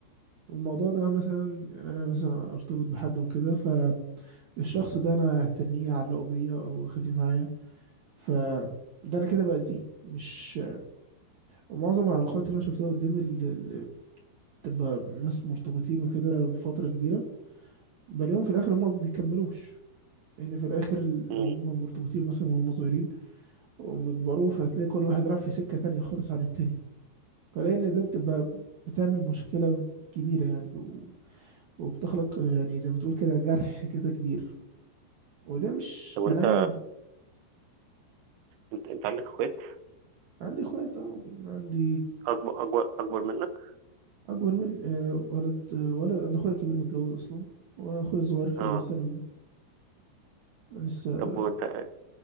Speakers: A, on the right; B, on the right.
A: الموضوع ده مثلا يعني أنا مثلا أرتبط بحد وكده الشخص ده انا هتنيه اعلقه بيا او اخليه معايا ف ده انا كده باذيه مش ومعظم العلاقات اللي انا شفتها قدامي اللي اللي بتبقى ناس مرتبطين وكده بفتره كبيره بلاقيهم في الاخر هم ما بيكملوش ان في الاخر لو
B: مم.
A: هم مرتبطين مثلا وهم صغيرين وهم كبروا فهتلاقي كل واحد راح في سكه تانية خالص عن التاني فلاقي ان ده بتبقى بتعمل مشكله كبيره يعني و... وبتخلق يعني زي ما تقول كده جرح كده كبير وده مش
B: طب وأنت
A: كلام
B: أنت, أنت عندك إخوات
A: عندي اخويا طبعا عندي
B: أكبر أكبر أكبر منك
A: اكبر من آه، ولد آه، ولد انا اخويا الكبير متجوز اصلا واخويا الصغير في
B: أه
A: ثانوي لسه
B: طب وأنت